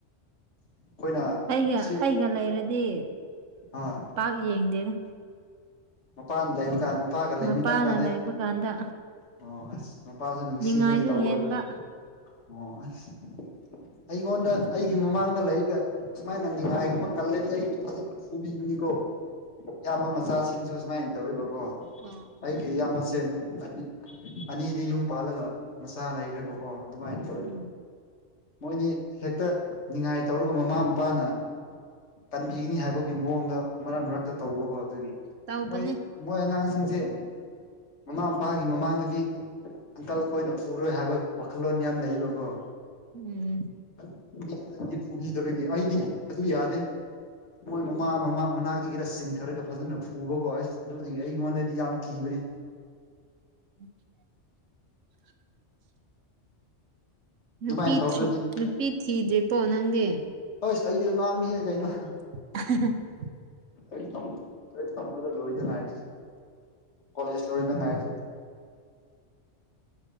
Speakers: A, on the left (about 65°); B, on the right (about 75°).
A: ꯑꯩꯈꯣꯏꯅ
B: ꯑꯩꯒ
A: ꯁꯤ
B: ꯑꯩꯒ ꯂꯩꯔꯗꯤ
A: ꯍꯣꯏ
B: ꯄꯥꯛ ꯌꯦꯡꯗꯦꯗ
A: ꯃꯄꯥꯟ ꯂꯩꯕ ꯀꯥꯟ ꯃꯄꯥꯒ ꯂꯩꯃꯤꯟꯅꯕ
B: ꯃꯄꯥꯅ
A: ꯀꯥꯟꯗ
B: ꯂꯩꯕ ꯀꯥꯟꯗ
A: ꯑꯣ ꯑꯁ ꯃꯄꯥꯁꯨ ꯅꯨꯡ
B: ꯅꯤꯡꯉꯥꯏꯁꯨ
A: ꯁꯤꯕꯒꯤ ꯇꯧꯕ
B: ꯍꯦꯟꯕ
A: ꯑꯣꯏꯗꯣꯏ ꯑꯣ ꯑꯁ ꯑꯩꯒꯣꯟꯗ ꯑꯩꯒꯤ ꯃꯃꯥꯡꯗ ꯂꯩꯒ ꯁꯨꯃꯥꯏꯅ ꯅꯤꯉꯥꯏꯒꯨꯝꯕ ꯀꯜꯂꯗꯤ ꯑꯩꯗꯤ ꯐꯖꯅ ꯐꯨꯕꯤꯅꯤꯀꯣ ꯏꯌꯥꯝꯕ ꯃꯆꯥꯥꯁꯤꯡꯁꯨ ꯁꯨꯃꯥꯏꯅ ꯇꯧꯋꯤꯕ
B: ꯑ
A: ꯑꯩꯒꯤ ꯏꯌꯥꯝꯕꯁꯦ ꯅꯨꯞ ꯑꯅꯤ ꯑꯅꯤꯗꯤ ꯌꯨꯝ ꯄꯥꯜꯂꯒ ꯃꯆꯥ ꯂꯩꯈ꯭ꯔꯦꯕꯀꯣ ꯑꯗꯨꯃꯥꯏꯅ ꯇꯧꯋꯤ
B: ꯎꯝ
A: ꯃꯣꯏꯅꯤ ꯍꯦꯛꯇ ꯅꯤꯉꯥꯏ ꯇꯧꯔꯒ ꯃꯃꯥ ꯃꯄꯥꯅ ꯇꯟꯕꯤꯒꯅꯤ ꯍꯥꯏꯕꯒꯤ ꯃꯑꯣꯡꯗ ꯃꯔꯛ ꯃꯔꯛꯇ ꯇꯧꯕꯀꯣ ꯑꯗꯨꯒꯤ
B: ꯇꯧꯕꯅꯦ
A: ꯃꯣꯏ ꯃꯣꯏ ꯑꯉꯥꯡꯁꯤꯡꯁꯦ ꯃꯃꯥ ꯃꯄꯥ ꯑꯩ ꯃꯃꯥꯡꯗꯗꯤ ꯑꯪꯀꯜ ꯈꯣꯏꯅ ꯄꯨꯔꯣꯏ ꯍꯥꯏꯕ ꯋꯥꯈꯜꯂꯣꯟ ꯌꯥꯝ ꯂꯩꯌꯦꯕꯀꯣ
B: ꯎꯝ
A: <unintelligible> ꯐꯨꯕꯤꯗꯕꯒꯤ ꯑꯩꯗꯤ ꯑꯗꯨ ꯌꯥꯗꯦ ꯃꯣꯏ ꯃꯃꯥ ꯃꯃꯥ ꯃꯅꯥꯛꯇꯒꯤꯔ ꯆꯤꯡꯊꯔꯒ ꯐꯖꯅ ꯐꯨꯕꯕꯨ ꯑꯁ ꯑꯗꯨꯗꯤ ꯑꯩꯉꯣꯟꯗꯗꯤ ꯌꯥꯝ ꯀꯤꯕꯅꯤ
B: <inaudible> ꯅꯨꯄꯤ
A: ꯑꯗꯨꯃꯥꯏꯅ ꯇꯧꯗ꯭ꯔꯗꯤ
B: ꯊꯔ꯭ꯤ ꯅꯨꯄꯤ ꯊꯤꯗ꯭ꯔꯤꯕꯣ ꯅꯪꯗꯤ
A: ꯑꯁ ꯑꯩꯗꯤ ꯑꯉꯥꯡꯅꯤꯍꯦ ꯀꯩꯅꯣ
B: <inaudible>
A: ꯑꯩ ꯇꯝ ꯑꯩ ꯇꯝꯕꯗ ꯂꯣꯏꯗ ꯉꯥꯏꯔꯤꯍꯦ ꯀꯣꯂꯦꯖ ꯂꯣꯏꯗ ꯉꯥꯏꯔꯤ